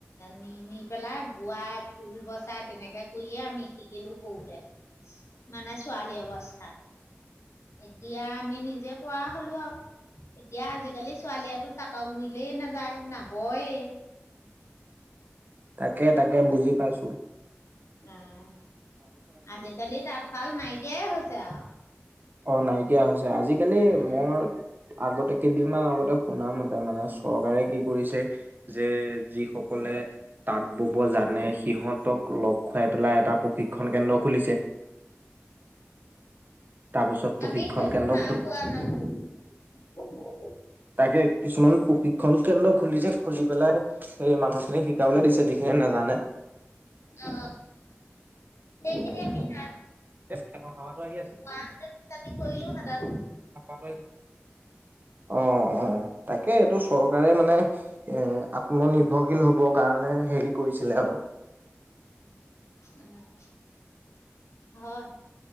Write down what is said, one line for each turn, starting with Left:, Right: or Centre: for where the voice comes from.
Left: নি পেলাই বোৱাই ফুল বচাই। তেনেকে কৰিয়ে, আমি শিকিলোঁ। সৰুতে, মানে ছোৱালী অৱস্থাত। এতিয়া আমি নিজে পৰা হলো আৰু এতিয়া আজিকালি ছোৱালীয়েটো তাঁত' গুৰিলেই নাযায়, নবয়ে।
Right: তাকে তাকে
Left: কথা
Right: বুজি পাইছোঁ।
Left: আহ, আজিকালি তাঁতশাল নাইকিয়াই হৈছে আৰু।
Right: অ' নাইকিয়া হৈছে। আজিকালি
Left: উম,
Right: মই আগতে কেইদিনমান আগতে শুনা মতে মানে চৰকাৰে কি কৰিছে যে যি সকলে তাঁত বব জানে সিহঁতক লগ খুৱাই পেলাই এটা প্ৰশিক্ষন কেন্দ্ৰ খুলিছে। তাৰপিছত প্ৰশিক্ষণ
Left: আমি সেইবোৰ
Right: কেন্দ্ৰ
Left: না
Right: খোল
Left: পোৱা ন?
Right: তাকে কিছুমান প্ৰশিক্ষণ কেন্দ্ৰ খুলিছে খুলি পেলাই সেই মানুহ খিনি শিকাবলৈ দিছে যিখিনিয়ি নাজানে।
Left: অ সেইখিনি এ মেইন আ
Right: খ হাৱাটো আহি আছে
Left: আমি কৰিলো হেতেন।
Right: হাৱ আহ অ অ।। তাকে এইটো চৰকাৰে মানে এ আত্মনিৰ্ভৰশীল হ'ব কাৰণে হেৰি কৰিছিলে আৰু
Left: উম হয়।